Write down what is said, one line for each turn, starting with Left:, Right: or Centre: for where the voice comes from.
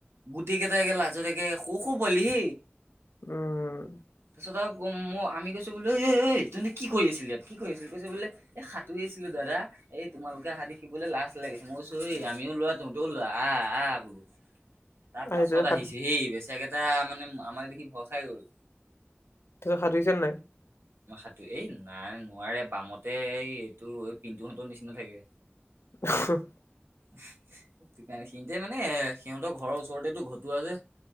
Right: গোটেই কেইটে লাজত একগে সৰু সৰু পোৱালি।
Left: উম।
Right: তাৰপছত আৰু মই আমি কৈছো বোলে এ তুম কি কৰি আছিল ইয়াত কি কৰি আছিল কৈছো বোলে এ সাঁতুৰিছিলো দাদা। এই তোমালোকে অহা দেখিবলৈ লাজ লাগিছে মই কৈছো আমিও লোৱা তুমিতেও লোৱা আহ আহ বোলো। তাৰ
Left: আহ
Right: পাছত
Left: সাধু
Right: আহিছো হেই বেচৰা কেইটা মানে আমাৰ দেখি ভয় খাই গ'ল।
Left: তাৰ পা সাতুৰিছে নে নাই?
Right: সাতু এই নাই নোৱাৰে বামতে এই এইটো এই পিন্টুলতো নিচিনা থাকে।
Left: <inaudible>
Right: সেইটো কাৰণে সিহঁতে মানে সিহঁতৰ ঘৰৰ ওচৰতেতো ভতুৱা যে।